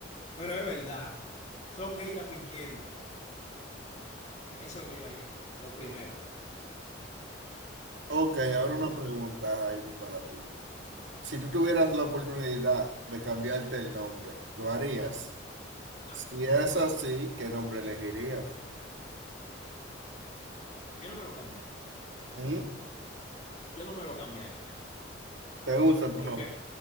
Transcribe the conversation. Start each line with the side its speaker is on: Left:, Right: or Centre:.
Left: Pero es verdad, son ellas fingiendo. Eso es lo que yo haría, lo primero.
Right: Ok, ahora
Left: Ujú,
Right: una pregunta, Jaime, para ti.
Left: Sí.
Right: Si tú tuvieras la oportunidad de cambiarte el nombre, ¿lo harías?
Left: No,
Right: Si es así, ¿qué nombre elegirías?
Left: yo no me lo cambiaría.
Right: ¿Mm?
Left: Yo no me lo cambiaría.
Right: ¿Te gusta tu
Left: Porque
Right: nombre?